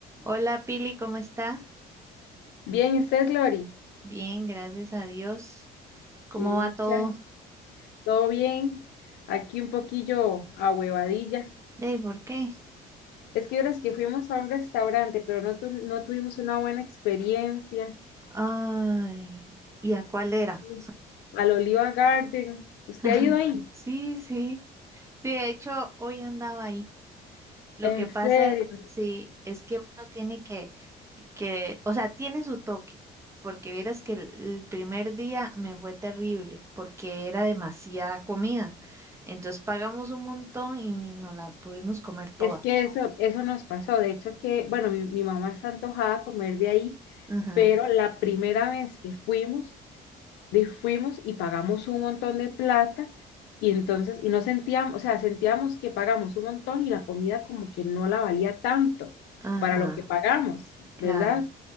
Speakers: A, on the right (about 15°); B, on the left (about 80°).
A: Hola Pili, ¿cómo está?
B: Bien, ¿y usted, Glory?
A: Bien, gracias a Dios. ¿Cómo
B: Qué dicha.
A: va todo?
B: ¿Todo bien? Aquí un poquillo a huevadilla.
A: ¿Y ¿por qué?
B: Es que ahora que fuimos a un restaurante, pero no, tu- no tuvimos una buena experiencia.
A: Ay, ¿y a cuál era?
B: Sí. Al Oliva Garden. ¿Usted
A: <laughs>
B: ha ido ahí?
A: Sí, sí. Sí, de hecho, hoy andaba ahí. Lo
B: En
A: que pasa,
B: serio.
A: sí, es que uno tiene que, que, o sea, tiene su toque, porque vieras que el, el primer día me fue terrible, porque era demasiada comida. Entonces pagamos un montón y ni nos la pudimos comer toda.
B: Es que eso, eso nos pasó. De hecho, que, bueno, mi, mi mamá está antojada a comer de ahí,
A: Ajá,
B: pero la primera vez que fuimos, de fuimos y pagamos un montón de plata y entonces, y no sentíamos, o sea, sentíamos que pagamos un montón y la comida como que no la valía tanto
A: ajá,
B: para lo que pagamos,
A: claro.
B: ¿verdad?